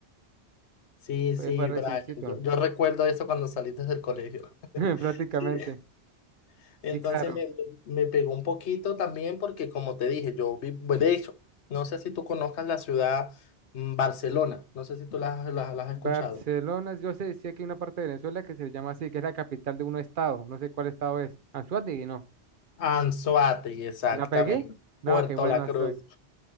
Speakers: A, on the left; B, on the right.
A: Sí,
B: Fue,
A: sí,
B: fue reciencito,
A: Brian. Yo, yo recuerdo eso cuando saliste del colegio. <laughs>
B: <laughs> prácticamente. Sí,
A: Entonces
B: claro.
A: le- me pegó un poquito también porque, como te dije, yo vi, bueno, de hecho, no sé si tú conozcas la ciudad mm, Barcelona, no sé si tú la, la- la has escuchado.
B: Barcelona, yo sé, sí que hay una parte de Venezuela que se llama así, que es la capital de un estado. No sé cuál estado es. Anzoátegui, no.
A: Anzoátegui, exactamente.
B: ¿La pegué? No,
A: Puerto
B: qué bueno
A: La Cruz.
B: soy.